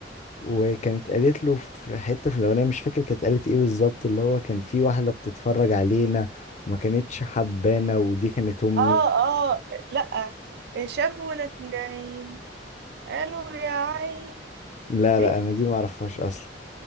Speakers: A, on the left (about 40°); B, on the right (about 60°).
A: وكانت قالت له في حتة في الأغنية مش فاكر كانت قالت ايه بالظبط اللي هو كان في واحدة بتتفرج علينا وما كانتش حبانا ودي كانت أمي
B: اه اه لأ شافونا اتنين قالوا يا عين
A: لا
B: دي
A: لا أنا دي معرفهاش أصلا